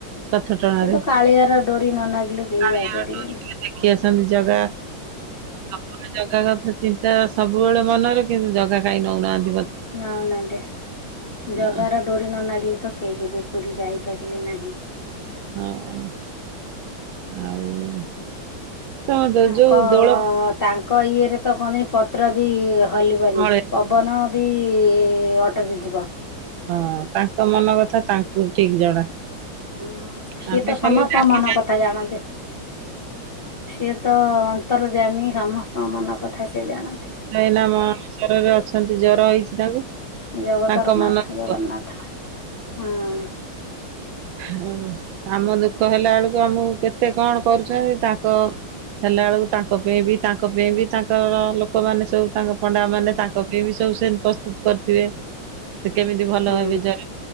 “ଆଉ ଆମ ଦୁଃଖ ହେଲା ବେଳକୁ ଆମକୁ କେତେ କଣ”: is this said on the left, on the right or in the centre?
Right